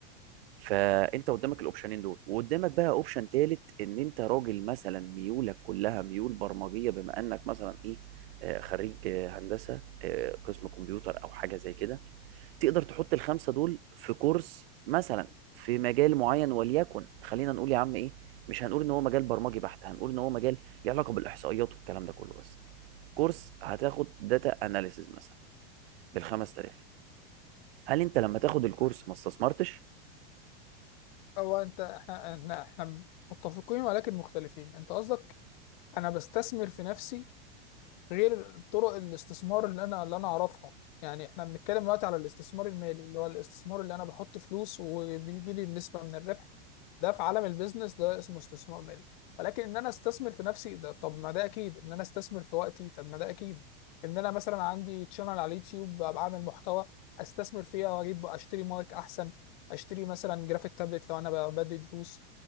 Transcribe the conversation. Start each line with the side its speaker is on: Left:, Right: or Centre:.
Right: فانت قدامك الاوبشنين دول وقدامك بقى اوبشن تالت ان انت راجل مثلا ميولك كلها ميول برمجيه بما انك مثلا ايه آه، خريج آه، هندسه آه، قسم كمبيوتر او حاجه زي كده تقدر تحط الخمسه دول في كورس مثلا في مجال معين وليكن خلينا نقول يا عم ايه مش هنقول ان هو مجال برمجي بحت هنقول ان هو مجال ليه علاقه بالاحصائيات والكلام ده كله بس كورس هتاخد داتا اناليسز مثلا بال 5000 هل انت لما تاخد الكورس ما استثمرتش
Left: هو انت احنا احنا احنا متفقين ولكن مختلفين انت قصدك انا بستثمر في نفسي غير طرق الاستثمار اللي انا اللي انا اعرفها يعني احنا بنتكلم دلوقتي على الاستثمار المالي اللي هو الاستثمار اللي انا بحط فلوس وبيجي لي نسبة من الربح ده في عالم البيزنس ده اسمه استثمار مالي ولكن ان انا استثمر في نفسي ده طب ما ده اكيد ان انا استثمر في وقتي طب ما ده اكيد ان انا مثلا عندي تشانل على اليوتيوب بقى بعمل محتوى استثمر فيها واجيب اشتري مايك احسن اشتري مثلا جرافيك تابلت لو انا ب- بدي دروس